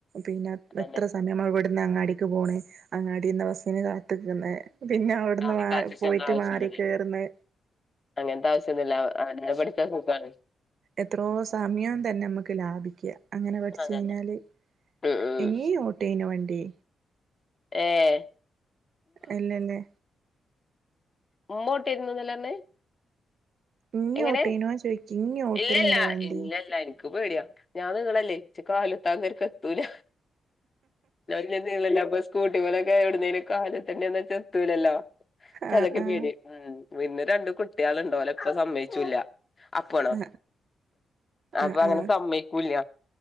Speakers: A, on the right; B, on the left.
A: പിന്നെ
B: അതന്നെ
A: എത്ര സ- തന്നെമ്മ ഇവുടുന്ന് അങ്ങാടിക്ക് പോണ് അങ്ങാടിന്ന് ബസിന് കാതിക്കിന്ന് തിന്നേ അവ ഇവിടന്ന്
B: അവരെ
A: മാ
B: കാത്തിക്കേണ്ട
A: പോയിട്ട്
B: ആവശ്യമില്ലല്ലേ
A: മാറി കേറ്ന്ന്
B: അങ്ങനത്തെ ആവശ്യം ഒന്നും ഇല്ല അഅ അവനേന് പഠിച്ച കുപ്പാണ്
A: എത്രോ സമയം തന്നെ മക്ക് ലാഭിക്കാം അങ്ങനെ പഠിച്ച്
B: അതന്നെ
A: കഴിഞ്ഞാല്
B: ഉം ഉം
A: എങ്ങി ഓട്ടെന വണ്ടി
B: ഏഹ്
A: ഇല്ല അല്ലേ
B: മുമോട്ടിരുന്നു ന്നല്ലേ അറിഞ്ഞെ
A: ഇങ്ങി
B: എങ്ങനെ
A: ഓട്ടേനോ ചോദിക്കും ഇങ്ങി ഓട്ടലുണ്ടോ
B: ഇല്ലല്ല
A: വണ്ടി
B: ഇല്ലല്ലായിരി ക്ക് പേടിയാ ഞാന് നീളല്ലേ ച് കാല് താനേരിക്കെത്തൂല അല്ല പിന്നെനീളല്ലപ്പപിന്നെ സ്കൂ തി പോലക്കെ എവിടുന്നേലും കാലത്തണ്ടന്ന് വെന്ന ച്ചു ന്നെത്തൂലല്ലോ ചതൊക്കെ
A: ആഹ് ആഹ്
B: പേടി ഉം വിന്ന രണ്ട് കുട്ടിആള്ണ്ട് ഓല് എപ്പ സമ്മയിച്ചൂല്ല അപ്പ ആണോ
A: ആ ആഹ്
B: അപ്പ അങ്ങനെ
A: ആഹ്
B: സമ്മയിക്കൂല്ല